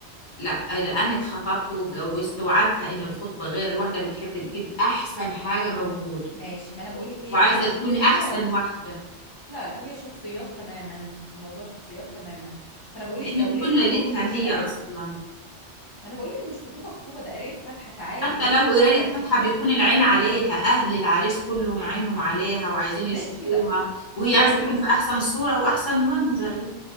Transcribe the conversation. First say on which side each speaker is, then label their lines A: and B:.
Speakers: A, on the left; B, on the left.
A: لا لا، انا اتخطبت واتجوزت وعارفه ان الخطبه غير الواحده بتحب تجيب احسن حاجه موجوده
B: ماشي ما أنا بقولك هي
A: وعايزة
B: إيه بقى
A: تكون
B: شخصيات
A: أحسن واحدة
B: لا لا هي شخصيات تماما الموضوع شخصيات تماما فأنا بقولك
A: لأن
B: لو
A: بتكون
B: ليا
A: ليلتها
B: أنا ما كنتش
A: هي
B: هلف
A: أصلا
B: ما أنا بقولك مش خطوبة خطوبة ده قراية فاتحة فعادي
A: حتى
B: قراية
A: لو
B: الفاتحة
A: قراية
B: دي
A: فاتحة
B: بنلبس
A: بيكون العين عليها أهل العريس كلهم عينهم عليها وعايزين يشوفوها
B: ماشي ده
A: وهي
B: ماشي
A: عايزة تكون في أحسن صورة وأحسن منظر يعني.